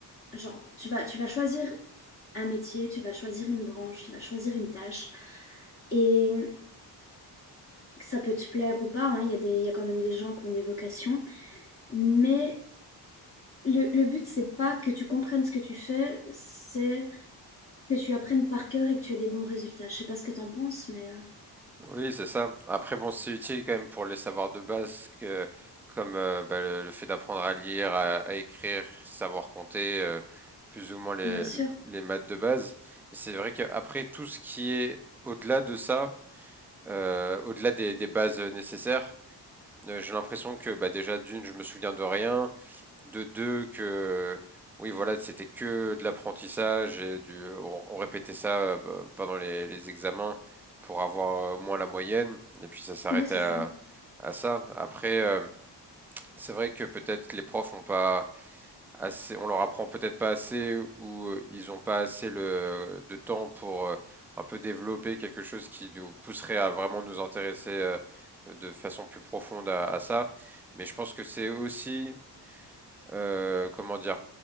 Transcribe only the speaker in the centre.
Oui, c'est ça. Après, bon, c'est utile quand même pour les savoirs de base, que, comme euh, bah, le, le fait d'apprendre à lire, à, à écrire, savoir compter, euh, plus ou moins les,
les maths de base. Mais c'est vrai qu'après, tout ce qui est au-delà de ça, euh, au-delà des, des bases nécessaires, euh, j'ai l'impression que bah, déjà d'une, je me souviens de rien de deux que oui voilà c'était que de l'apprentissage et du on, on répétait ça euh, bah, pendant les, les examens pour avoir euh, au moins la moyenne et puis ça s'arrêtait
à,
à ça après euh, c'est vrai que peut-être les profs ont pas assez on leur apprend peut-être pas assez ou euh, ils ont pas assez le de temps pour euh, un peu développer quelque chose qui nous pousserait à vraiment nous intéresser euh, de façon plus profonde à, à ça mais je pense que c'est aussi euh, comment dire?